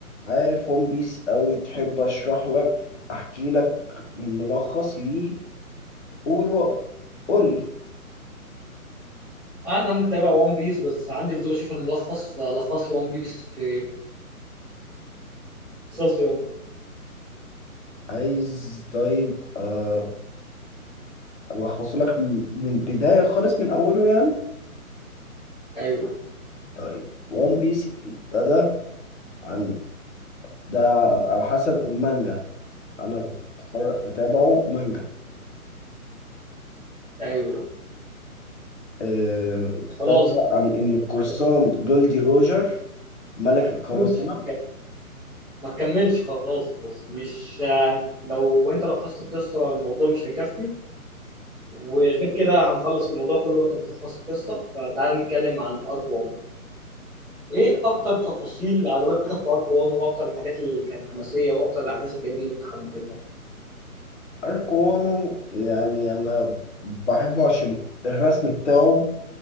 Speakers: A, on the left (about 50°); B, in the centre.
A: عارف ون بيس اوي تحب اشرح لك احكي لك ملخص ليه قول و- قول لي
B: انا متابع ون بيس بس عندي فضول اشوف الملخص فلخص لي ون بيس في لخص لي ون بيس
A: عايز طيب آه الخصه لك من من بداية خالص من اوله يعني
B: ايوه
A: طيب ون بيس ابتدى عن ده على حسب المانجا انا بتفرج بتابعه مانجا
B: ايوه
A: آه، ابتدى
B: خلاص
A: عن ان القرصان
B: ما
A: جولدي روجر ملك القراصنة
B: تكملش ما تك- ما تكملش خلاص خلاص مش آه، لو انت لخصت القصه الموضوع مش هيكفي وغير كده هنخلص الموضوع كله وانت بتلخص القصه فتعال نتكلم عن ارك 1 ايه اكتر تفاصيل عجبتك في ارك 1 واكتر الحاجات اللي كانت حماسيه واكتر الاحداث الجميله اللي انت حبيتها
A: اركوانو يعني انا بحبه عشان الرسم بتاعه